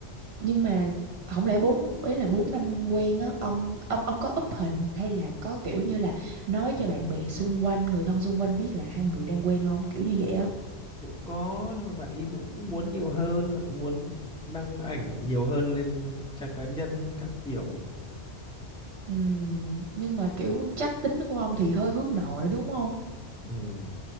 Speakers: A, on the right; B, in the centre.
A: nhưng mà không lẽ bốn ý là bốn năm quen á, ông ông ông có up hình hay là có kiểu như là nói cho bạn bè xung quanh, người thân xung quanh biết là hai người đang quen không? Kiểu như vậy á.
B: Cũng có nhưng mà bạn ấy vẫn muốn nhiều hơn, bạn muốn đăng ảnh nhiều hơn lên trang cá nhân các kiểu.
A: Ừ, nhưng mà kiểu chắc tính của ông thì hơi hướng nội đúng không?
B: Ừ.